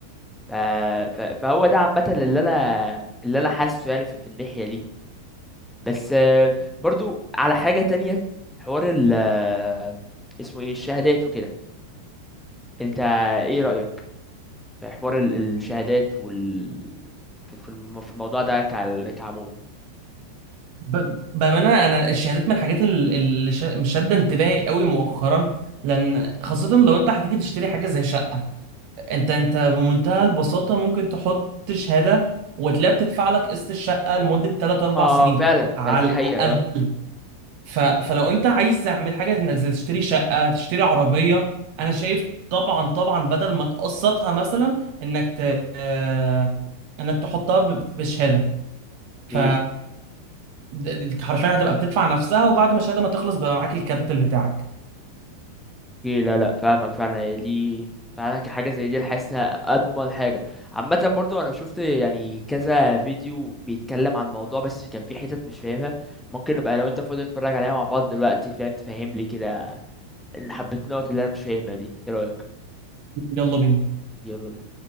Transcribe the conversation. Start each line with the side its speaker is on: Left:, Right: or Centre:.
Centre: ف... ف... فهو ده عامة اللي انا اللي انا حاسه يعني في, في الناحية دي بس آه، برضو على حاجة تانية حوار ال آه، اسمه ايه الشهادات وكده انت ايه رأيك في حوار ال- الشهادات وال في في الم- في الموضوع ده كع- كعموم
Right: ب- بأمانة أنا الشهادات من الحاجات ال- اللي شا- مش شادة انتباهي قوي مؤخرا لأن خاصة لو أنت هتيجي تشتري حاجة زي شقة أنت أنت بمنتهى البساطة ممكن تحط شهادة وتلاقيها بتدفع لك قسط الشقة لمدة 3 4
Centre: اه
Right: سنين
Centre: فعلا
Right: على
Centre: ما دي
Right: الأقل
Centre: حقيقة
Right: ف... فلو أنت عايز تعمل حاجة إنك زي تشتري شقة تشتري عربية أنا شايف طبعا طبعا بدل ما تقسطها مثلا إنك ت... آه، إنك تحطها ب- بشهادة ف
Centre: اه
Right: د- د- حرفيا هتبقى بتدفع نفسها وبعد ما الشهاده ما تخلص بقى معاك الكابيتال بتاعك
Centre: إيه لا لا فاهمك فعلا هي دي فعلا كحاجة زي دي أنا حاسس إنها أضمن حاجة عامة برضو أنا شفت يعني كذا فيديو بيتكلم عن الموضوع بس كان في حتت مش فاهمها ممكن نبقى لو أنت فاضي نتفرج عليها مع بعض دلوقتي فاهم تفهملي كده إن حبيت النقط اللي أنا مش فاهمها دي إيه رأيك؟
Right: يلا بينا
Centre: يلا بينا